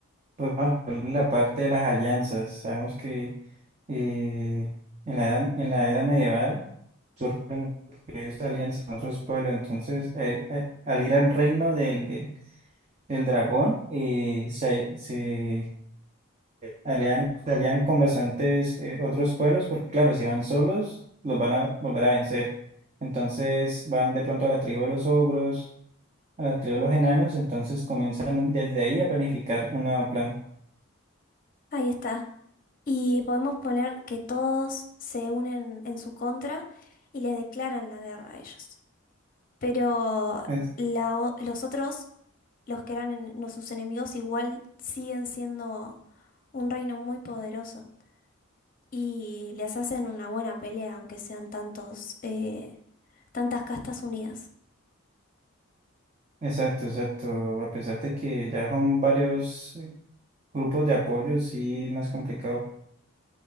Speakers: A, on the right; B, on the left.
A: podemos hablar de la parte de las alianzas. Sabemos que eh, en la edad- en la era medieval surgen esta alianza con otros pueblos, entonces, eh, eh, al ir al reino del, del el dragón y se, se alían, se alían con bastantes eh, otros pueblos, porque claro, si van solos, los van a volver a vencer. Entonces van de pronto a la tribu de los ogros, a la tribu de los enanos, entonces comienzan desde ahí a planificar un nuevo plan.
B: Ahí está. Y podemos poner que todos se unen en su contra y le declaran la guerra a ellos. Pero
A: Es-
B: la o- los otros, los que eran en- no sus enemigos, igual siguen siendo un reino muy poderoso. y les hacen una buena pelea, aunque sean tantos, eh, tantas castas unidas.
A: exacto, exacto. A pesar de que ya son varios eh, grupos de apoyo, sí es más complicado.